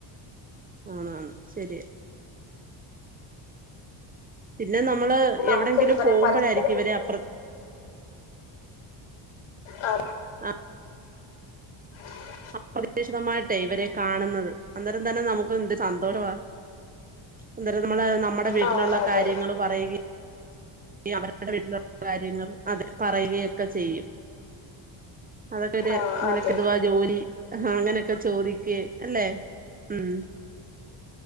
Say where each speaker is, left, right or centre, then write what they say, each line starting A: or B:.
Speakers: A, on the right; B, on the left.
A: ആണാണ് ശരിയ പിന്നെ നമ്മള്
B: ഇത് നമുക്ക്
A: എവിടെങ്കിലും
B: എന്താ പറയാ
A: പോകുമ്പോഴായിരിക്കും
B: പരസ്പരം
A: ഇവരെ അപ്പ്ര
B: ആ
A: <inaudible>
B: <unintelligible>
A: അപ്രതീക്ഷിതമായിട്ടേ ഇവരെ കാണുന്നത് അന്നേരം തന്നെ നമുക്ക് എന്ത് സന്തോഷമാ അന്നേരം നമ്മള് നമ്മുടെ വീട്ടിലുള്ള
B: ആ അതെ
A: കാര്യങ്ങ പറയുകയും അവരുടെ വീട്ടിലുള്ള കാര്യങ്ങൾ അത് പറയുകയൊക്കെ ചെയ്യും അതൊക്കെ ഒരു
B: ആ
A: നിനക്ക
B: അതെ
A: ഇതുവാ ജോലി അങ്ങനെയൊക്കെ ചോദിക്ക അല്ലെ ഉം